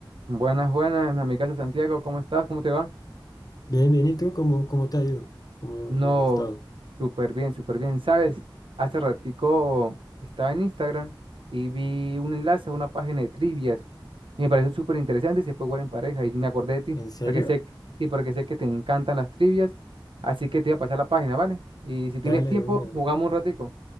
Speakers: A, on the right; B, on the left.
A: Buenas, buenas, mi amigazo Santiago, ¿cómo estás? ¿Cómo te va?
B: Bien, bien, ¿y tú cómo, cómo te ha ido? ¿Cómo,
A: No,
B: cómo has estado?
A: súper bien, súper bien. ¿Sabes? Hace ratico estaba en Instagram y vi un enlace a una página de trivias y me pareció súper interesante y se puede jugar en pareja y me acordé de ti
B: ¿En serio?
A: porque sé, que- sí, porque sé que te encantan las trivias, así que te voy a pasar la página, ¿vale? Y si
B: Dale
A: tienes tiempo,
B: de una,
A: jugamos un ratico.